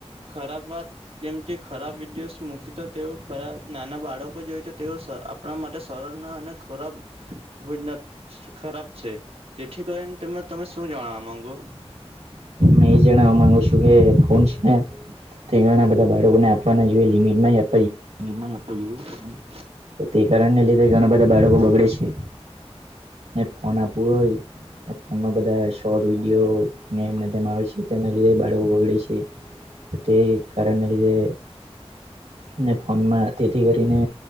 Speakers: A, on the right (about 60°); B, on the right (about 90°).
A: ખરાબ વાત જેમ કે ખરાબ વિડીયોસ મૂકી તો તેવો ખરાબ નાના બાળકો જોઈ તો તેઓ આપણા માટે સરળ ના અને ખોરાબ ખૂબ જ ન ખરાબ છે તેથી કરીને તને તમે શું જણાવા માંગો,
B: હું એ જાણવા માંગુ છું કે ફોન છે ને, તે ઘણા બધા બાળકોને આપવાના જ હોઈ લિમિટમાં યા
A: <unintelligible>
B: તો તે કારણને લીધે ઘણા બધા બાળકો બગડે છે, ને ફોન આપવું હોય ને ફોનમાં બધા શોર્ટ વિડીયો એમને તેમ આવે છે તેના લીધે બાળકો બગડે છે, તે કારણને લીધે ને ફોનમાં તેથી કરીને,